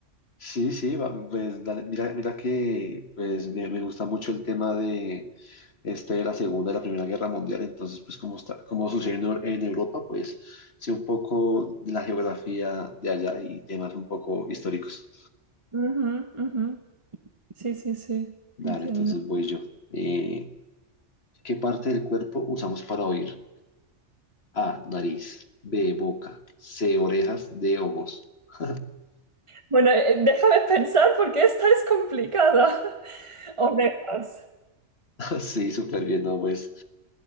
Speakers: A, on the left; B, on the right.
A: Sí, sí, va- pues, dale, mira, mira que pues, me, me gusta mucho el tema de este, de la Segunda y la Primera Guerra Mundial. Entonces, pues como está, como sucede en, Eu- en Europa, pues sé un poco de la geografía de allá y temas un poco históricos.
B: Ujú, ujú. Sí, sí, sí,
A: Dale,
B: entiendo.
A: entonces voy yo. Eh, ¿qué parte del cuerpo usamos para oír? A, nariz, B, boca, C, orejas, D, ojos. <laughs>
B: Bueno, eh, déjame pensar porque esta es complicada. <laughs> Orejas.
A: Sí, súper bien, ¿no? Pues